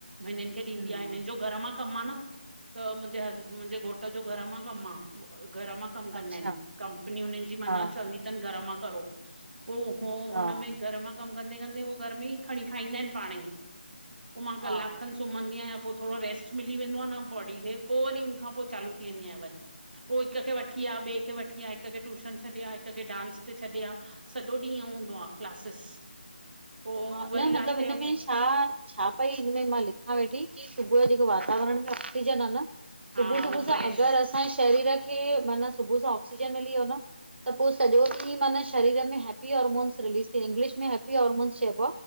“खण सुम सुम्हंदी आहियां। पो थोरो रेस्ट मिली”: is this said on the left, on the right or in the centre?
Right